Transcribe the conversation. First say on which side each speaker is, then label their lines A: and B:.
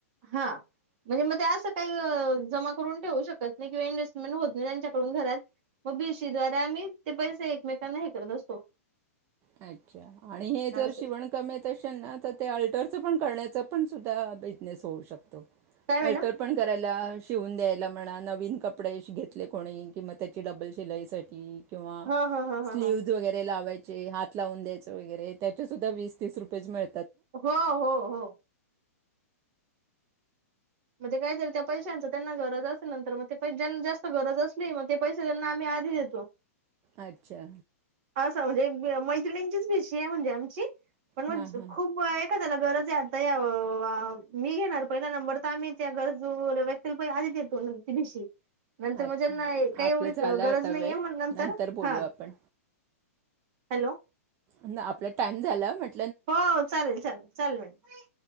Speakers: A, on the right; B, on the right.
A: हा. म्हणजे म ते असं काही जमा करून ठेवू शकत नाही किंवा इन्व्हेस्टमेंट होत नाही त्यांच्याकडून घरात, मग भीसी द्वारे आम्ही ते पैसे एकमेकांना हे करत असतो.
B: अच्छा आणि हे जर
A: असं
B: शिवण काम येत अशेल ना, तर ते अल्टरच पण करण्याच पण सुद्धा बिझनेस होऊ शकत. <unintelligible>
A: काय
B: अल्टर
A: मॅडम
B: पण करायला शिवून द्यायला म्हणा. नवीन कपडे घेतले कोणी म त्याची डबल शिलाईसाठी किंवा
A: हा हा हा
B: स्लीव्हज
A: हा हा
B: वगैरे लावायचे. जे हात लावून द्यायचं वगैरे त्याच्या सुद्धा वीस-तीस रुपयेच मिळ
A: हो हो हो. म्हणजे काय झालं त्या पैशांच त्यांना गरज असेल नंतर मग ते ज्यांना जास्त गरज असली, मग ते पैसे त्यांना आम्ही आधी देतो.
B: अच्छा.
A: असं म्हणजे मैत्रिणींचीच भीशी आहे म्हणजे आमची. पण म्हणज
B: हां हां
A: खूप वय का त्याला गरज आहे आता ह्या? मी घेणार पहिला नंबर तर आम्ही त्या गरजू व्यक्तीला पै आधी देतो ति भिशी. नंतर
B: अच्छा
A: म्हणजे नाही, काही
B: आपलं
A: एवढी
B: झालं
A: गरज
B: आता
A: नाहीये.
B: वेळ
A: मग नंतर
B: बोलू
A: ह
B: आपण
A: हॅलो
B: ना आपल्या टाइम झाला म्हण
A: हो, चालेल. चालेल. चालेल मॅडम.